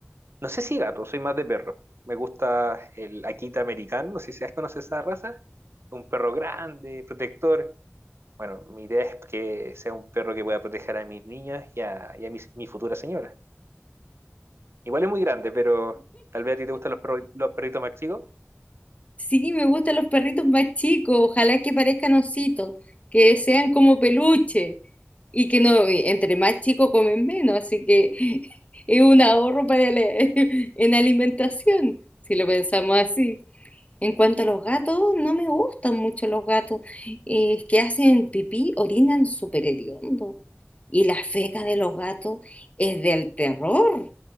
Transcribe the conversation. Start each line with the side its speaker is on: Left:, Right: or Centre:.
Right: No sé si gato, soy más de perro. Me gusta el Akita americano, no sé si has conocido esa raza. Un perro grande, protector. Bueno, mi idea es que sea un perro que pueda proteger a mis niñas y a, y a mis- mi, futura señora. Igual es muy grande, pero tal vez a ti te gustan los perros, los perritos más chicos.
Left: Sí, me gustan los perritos más chicos, ojalá que parezcan ositos, que sean como peluche y que no, y entre más chicos comen menos, así que <laughs> es un ahorro para la- <laughs> en alimentación, si lo pensamos así. En cuanto a los gatos, no me gustan mucho los gatos, eh, que hacen pipí, orinan súper hediondo y la feca de los gatos es del terror,